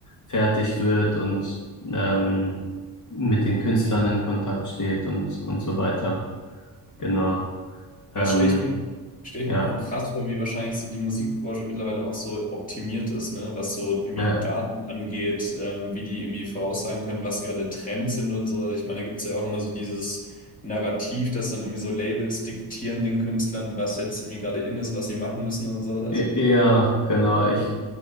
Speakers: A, on the left; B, on the left.
A: fertig wird und ähm, mit den Künstlern in Kontakt steht und, und so weiter.
B: Ja.
A: Genau. Ähm,
B: Ja, das stelle ich mir, stell ich
A: ja,
B: mir auch krass vor, wie wahrscheinlich so die Musikbranche mittlerweile auch so optimiert ist, ne? Was so irgendwie
A: ja,
B: Daten angeht, ähm, wie die irgendwie voraussagen können, was gerade Trends sind und so. Also Ich meine, da gibt es ja auch immer so dieses Narrativ, dass dann irgendwie so Labels diktieren den Künstlern, was jetzt irgendwie gerade in ist, was sie machen müssen oder so. Also,
A: E- ja, genau. Ich,